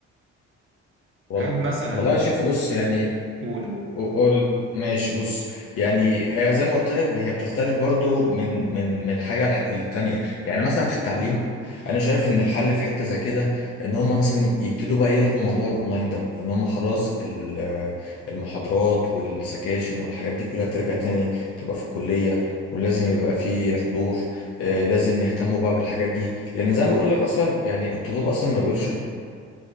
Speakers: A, on the left; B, on the right.
A: وال-
B: هل مثلا
A: والله شايفه بص يعني
B: قول قول
A: قول ماشي بص يعني هي زي ما قلت لك هي بتختلف برضو من من من حاجه لح- للتانيه يعني مثلا في التعليم انا شايف ان الحل في حته زي كده ان هم مثلا يبتدوا بقى يلغوا موضوع الاونلاين ده ان هم خلاص ال- المحاضرات والسكاشن والحاجات دي كلها ترجع تاني تبقى في الكليه ولازم يبقى في حضور آه، لازم يهتموا بقى بالحاجات دي لان زي ما بقول لك اصلا يعني الطلاب اصلا ما بيقولش